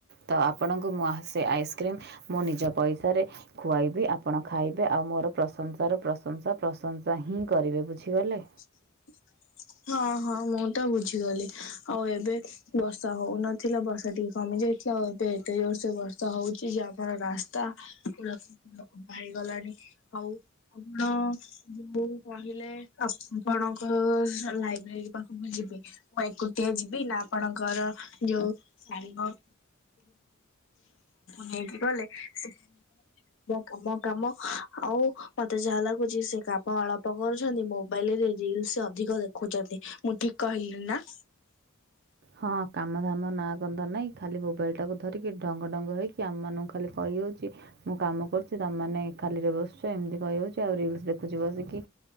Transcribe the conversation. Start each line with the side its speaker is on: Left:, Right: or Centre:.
Right: ତ ଆପଣଙ୍କୁ ମୁଁ ସେ ଆଇସ୍କ୍ରିମ୍ ମୁଁ ନିଜ ପଇସାରେ ଖୁଆଇବି ଆପଣ ଖାଇବେ ଆଉ ମୋର ପ୍ରଶଂସାରୁ ପ୍ରଶଂସା ପ୍ରଶଂସା ହିଁ କରିବେ ବୁଝିଗଲେ।
Left: <inaudible> ହଁ ହଁ ମୁଁ ତ ବୁଝିଗଲି ଆଉ ଏବେ ବର୍ଷା ହଉନଥିଲା ବର୍ଷା ଟିକେ କମି ଯାଇଥିଲା ଆଉ ଏବେ ଏ ସେ ବର୍ଷା ହଉଛି ଯେ ଆମର ରାସ୍ତାୁଡାକ ବାହାରିଗଲାଣି ଆଉ ଆପଣ ଯୋଉ କହିଲେ ଆପଣଙ୍କ ଲାଇବ୍ରେରୀ ପାଖକୁ ଯିବି ମୁଁ ଏକୁଟିଆ ଯିବି ନା ଆପଣଙ୍କର ଯୋଉ ସାଙ୍ଗ ନେଇକି ଗଲେ ସେ ମ କାମ କାମ ଆଉ ମତେ ଯାହା ଲାଗୁଛି ସେ କାମ ଅଳପ କରୁଛନ୍ତି ମୋବାଇଲ ରସ ଅଧିକ ଦେଖୁଛନ୍ତି ମୁଁ ଠିକ କହିଲି ନା?
Right: ହଁ କାମଧାମ ନାଁ କଧ ନାଇଁ ଖାଲି ମୋବାଇଲ ଟାକୁ ଧରିକି ଟ ଢଙ୍ଗ ଢଙ୍ଗ ହେଇକି ଆମ ମାନଙ୍କୁ ଖାଲି କହିହଉଛି ମୁଁ କାମ କରୁଛି ତମମାନେେ ଖାଲିରେ ବସଛ ଏମିତି ଯାଉଛି ଆଉ ରିଲସ ଦେଖୁଛି ବସିକି